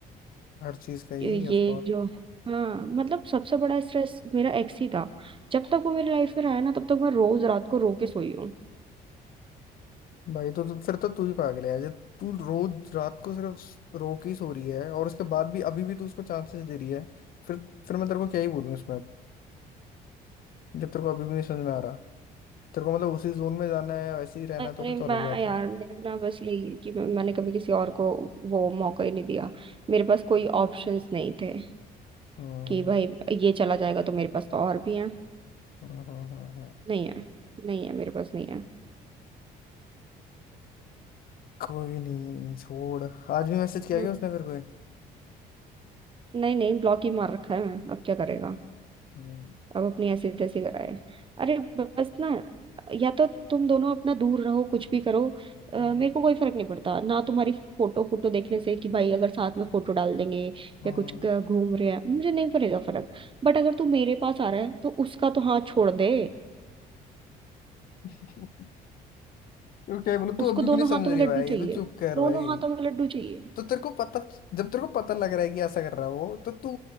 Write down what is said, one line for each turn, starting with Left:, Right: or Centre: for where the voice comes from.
Left: हर चीज का ही
Right: ये
Left: ऑफ
Right: जो हाँ मतलब सबसे बड़ा स्ट्रेस मेरा एक्स ही था जब तक वो मेरी लाइफ में रहा है ना तब तक मैं रोज रात को रो के सोई हूँ
Left: भाई तो, तो फिर तो तू ही पागल है यार। जब तू रोज रात को सिर्फ स- रो के ही सो रही है और उसके बाद भी अभी भी तू उसको चांसेस दे रही है फिर फिर मैं तेरे को क्या ही बोलूँ इसमें अब जब तेरे को अभी भी नहीं समझ में आ रहा तेरे को मतलब उसी जोन में जाना है वैसे ही रहना
Right: अरे
Left: है, तो फिर तो अलग
Right: मैं
Left: बात
Right: यार
Left: है
Right: मेरा ना बस यही है कि मैं- मैंने कभी किसी और को वो मौका ही नहीं दिया मेरे पास कोई ऑप्शंस नहीं थे
Left: हम्म,
Right: कि भाई ये चला जाएगा तो मेरे पास तो और भी है
Left: हम्म, हम्म, हम्म, हम्म।
Right: नहीं है नहीं है मेरे पास नहीं है
Left: कोई नहीं छोड़ आज भी मैसेज किया
Right: तो
Left: क्या उसने फिर कोई
Right: नहीं नहीं ब्लॉक ही मार रखा है मैं अब क्या करेगा
Left: हम्म
Right: अब अपनी ऐसे तैसे कराए अरे बस ना या तो तुम दोनों अपना दूर रहो कुछ भी करो अ, मेरे
Left: हम्म
Right: को कोई फर्क नहीं पड़ता ना तुम्हारी फोटो फोटो देखने से कि भाई अगर साथ में फोटो डाल देंगे
Left: हम्म।
Right: या कुछ क- घूम रहे हैं मुझे नहीं पड़ेगा फर्क बट अगर तू मेरे पास आ रहा है तो उसका तो हाथ छोड़ दे
Left: <laughs> तू क्या बोलू तू
Right: उसको
Left: अभी
Right: दोनों
Left: भी नहीं समझ
Right: हाथों
Left: रही
Right: में लड्डू
Left: भाई
Right: चाहिए
Left: तू चुप कर
Right: दोनों
Left: भाई
Right: हाथों में लड्डू चाहिए
Left: तो तेरे को पता जब तेरे को पता लग रहा है कि ऐसा कर रहा है वो तो तू